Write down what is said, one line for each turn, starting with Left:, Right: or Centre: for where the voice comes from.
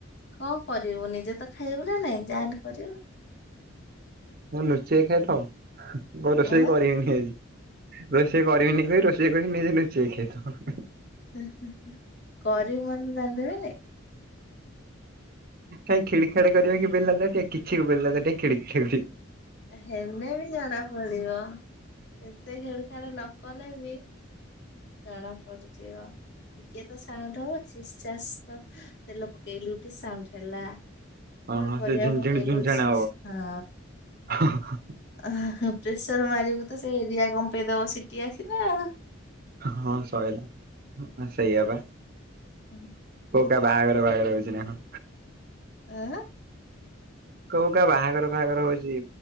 Left: କଁ କରିବୁ ନିଜେ ତ ଖାଇବୁ ନା ନାଇଁ ଯାହା ହେନେ କରିବୁ।
Right: ଲୁଚେଇ ଖାଇଦବ ବୋଉ ରୋଷେଇ
Left: ଅଁ
Right: କରିବିନି ଆଜି। ରୋଷେଇ କରିବିିନି କହି ରୋଷେଇ କରିବି ନିଜେ ଲୁଚେଇକି ଖାଇ ଦବ।
Left: ହଁ ହ ହ କରିବୁ ମାନେ ତ ଜାଣି ଦେବେନି।
Right: କାଇଁ ଖିଡ ଖାଡ କରିବ କି ବେଲା ତାଟିଆ କିଛି ବେଲା ତାଟିଆ ଖିଡି ଖିଡୀ
Left: ହେନେ ବି ଜଣା ପଡିବ କେତେ ଖିଡ ଖାଡ ନକନେ ବି ଜଣା ପଡିଯିବ। ଟିକେ ତ ସାଉଣ୍ଡ ହବ ଚି ଚାସ୍ ତ ତେଲ ପକେଇଲୁ ଟିକେ ସାଉଣ୍ଡ ହେଲା।
Right: ହଁ
Left: ପୁଣି
Right: ହଁ
Left: ପରିବା
Right: ସେ ଝିଣଝିଣି
Left: ପକେଇଲୁ
Right: ଝୁଣଝାଣ
Left: ଶିସ
Right: ହବ
Left: ହ।
Right: <unintelligible>
Left: ଆ ହା ପ୍ରେସର ମାରିବୁ ତ ସେ ଏରିଆ କଂପେଇ ଦବ ସିଟି ଆସିନେ ଆଉ।
Right: ହଁ ସଇଲା, ସେଇଆବା।
Left: ଉଁ।
Right: କଉ କା ବାହାଘର ପାହାଘର ହଉଛି ନାଁ କଁ।
Left: ଏ।
Right: କଉ କା ବାହାଘର ଫାହାଘର ହଉଛି